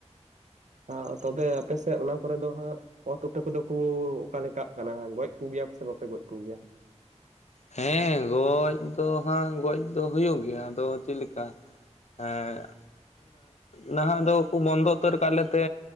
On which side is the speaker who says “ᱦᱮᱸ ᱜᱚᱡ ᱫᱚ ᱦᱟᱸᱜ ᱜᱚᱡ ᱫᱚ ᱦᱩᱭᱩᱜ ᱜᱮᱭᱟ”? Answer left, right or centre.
Left